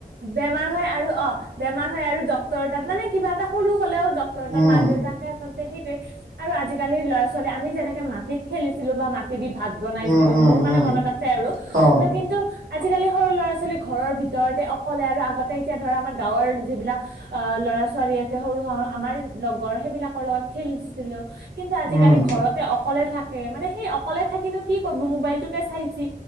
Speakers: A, on the right (about 80°); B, on the right (about 50°).
A: বেমাৰ হয় আৰু অ বেমাৰ হয় আৰু ডক্তৰ তাত মানে কিবা এটা সৰু হ'লেও ডক্তৰ বা
B: উম
A: মাক দেউতাক সেইটোৱে আৰু আজিকালি ল'ৰা ছোৱালীয়ে আমি যেনেকে মাটিত খেলিছিলো বা দি ভাত বনাইছিলো
B: উম উম
A: মোৰ মানে
B: উম
A: মনত আছে আৰু
B: অ
A: কিন্তু আজিকালি সৰু ল'ৰা ছোৱালী ঘৰৰ ভিতৰতে ক'লে আৰু আগতে এতিয়া ধৰা আমাৰ গাঁৱৰ যিবিলাক অ ল'ৰা ছোৱালী আছে সৰু আমাৰ লগৰ সেইবিলাকৰ লগত খেলিছিলো। কিন্তু আজিকালি
B: উম
A: ঘৰতে অকলে থাকে মানে সেই অকলে থাকিনো কি কৰিব মোবাইলটোকে চাইছে।